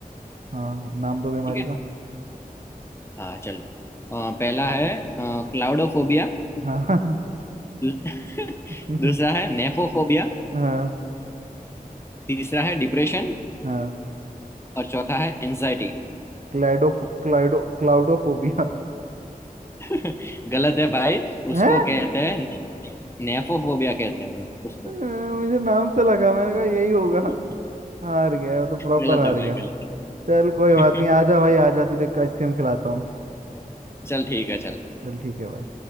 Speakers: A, on the right; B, on the left.
A: हाँ नाम दो बीमारी
B: ठीक है
A: का
B: हाँ चल अ, पहला है क्लाउडोफोबिया
A: हाँ
B: <laughs>
A: <laughs>
B: दूसरा है नेफोफोबिया
A: हाँ
B: तीसरा है डिप्रेशन
A: हाँ
B: और चौथा है एंजाइटी
A: क्लाइडोफो क्लाइडो क्लाउडोफोबिया
B: <laughs> गलत है भाई
A: है
B: उसको कहते हैं नेफोफोबिया कहते हैं उन- उसको
A: मुझे नाम से लगा मैंने कहा यही होगा
B: <laughs>
A: हार गया मैं तो प्रॉपर
B: गलत
A: हार
B: है भाई
A: गया
B: गलत
A: चल कोई बात
B: है
A: नहीं आजा
B: <laughs>
A: भाई आजा तुझे आइसक्रीम खिलाता हूँ
B: चल ठीक है चल
A: चल ठीक है भाई